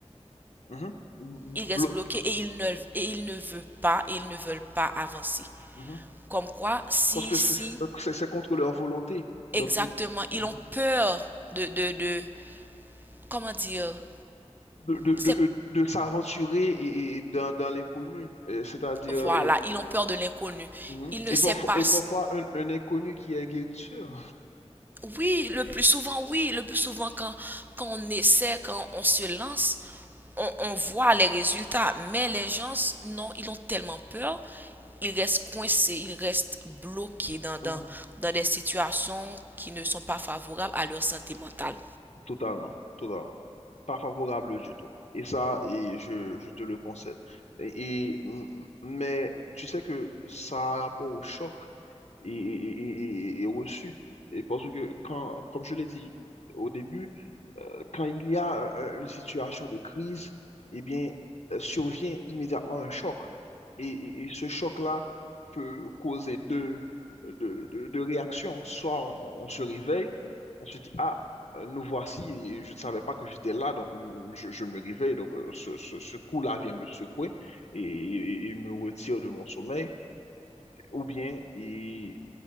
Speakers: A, on the left; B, on the right.
A: mhm, mhm.
B: ils restent
A: Blo-
B: bloqués et ils ne, et ils ne veulent pas, et ils ne veulent pas avancer.
A: mhm.
B: Comme quoi, si,
A: Parce que
B: si,
A: c'est c'est- c'est contre leur volonté. Donc,
B: exactement,
A: ils... mmh,
B: ils ont peur de, de, de comment dire,
A: de, de,
B: c'est,
A: de, de s'aventurer et, et dans, dans l'inconnu. Euh, C'est-à-dire,
B: voilà,
A: euh,
B: ils ont
A: y-
B: peur de l'inconnu.
A: mhm.
B: Ils ne
A: et,
B: savent
A: parfois,
B: pas
A: et parfois un, un inconnu qui est guérisseur.
B: Oui, le plus souvent, oui, le plus souvent quand, quand on essaie, quand on se lance, on, on voit les résultats. Mais les gens, non, ils ont tellement peur, ils restent coincés, ils restent bloqués dans,
A: Hum.
B: dans, dans des situations qui ne sont pas favorables à leur santé mentale.
A: Totalement, totalement. Pas favorable du tout. Et ça, et je, je te le concède. Et, et- m- mais tu sais que ça a rapport au choc et, et- et- et- et reçu. Et parce que, quand, comme je l'ai dit au début, euh, quand il y a euh, une situation de crise, eh bien, euh, survient immédiatement un choc. Et, et- et ce choc-là peut causer deux, deux, deux- deux réactions. Soit on on se réveille, on se dit, ah, euh, nous voici, et je ne savais pas que j'étais là, donc mm, je, je me réveille, donc euh, ce, ce- ce coup-là vient me secouer et, et- et me retire de mon sommeil, ou bien et